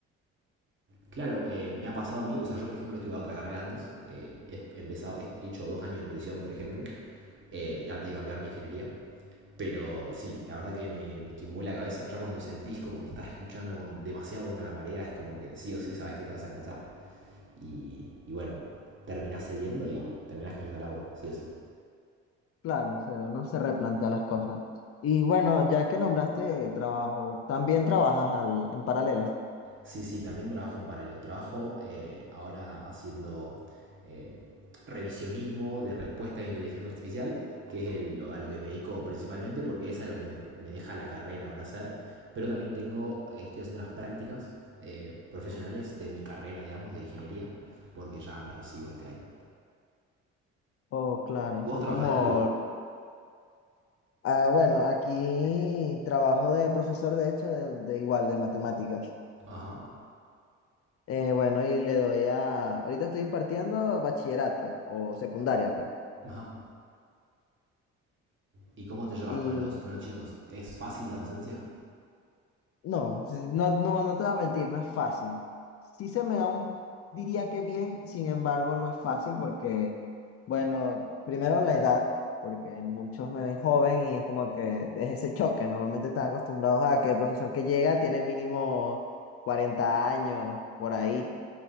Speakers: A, on the right; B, on the left.
A: Claro, eh, me ha pasado a mí, o sea, yo por ejemplo he estudiado otra carrera antes, eh, he, empezado, he hecho dos años de nutrición, por ejemplo, eh, y antes de cambiar mi ingeniería, pero sí, la verdad que me, me quimbó la cabeza, ya cuando sentís como que estás luchando con, demasiado contra la marea, es como que sí o sí sabes que te vas a cansar, y, y bueno, terminás cediendo y terminás cayendo al agua, sí o sí.
B: Claro, o sea, uno se replantea las cosas. Y bueno, ya que nombraste trabajo, ¿también trabajas al- en paralelo?
A: Sí, sí, también trabajo en paralelo. Trabajo eh, ahora haciendo eh, revisionismo de respuesta de inteligencia artificial, que es el- lo- a lo que me dedico principalmente porque es a lo que me, me deja la carrera ahora hacer. Pero también tengo, eh, estoy haciendo las prácticas eh, profesionales de mi carrera, digamos, de ingeniería, porque ya me recibo este año.
B: Oh, claro,
A: ¿Y vos
B: son
A: trabajás
B: como...
A: de algo?
B: Ah, bueno, aquí trabajo de profesor, de hecho, de, de igual, de matemáticas.
A: Ajá,
B: Eh, bueno, y le doy a... Ahorita estoy impartiendo bachillerato o secundaria, pues.
A: ajá. ¿Y cómo te llevas
B: Y
A: con los, con los chicos? ¿Es fácil la docencia?
B: No, sí, no, no, no te voy a mentir, no es fácil. Sí se me da un, diría que bien, sin embargo, no es fácil porque, bueno, primero la edad, porque muchos me ven joven y es como que es ese choque. Normalmente están acostumbrados a que el profesor que llega tiene mínimo cuarenta años, por ahí.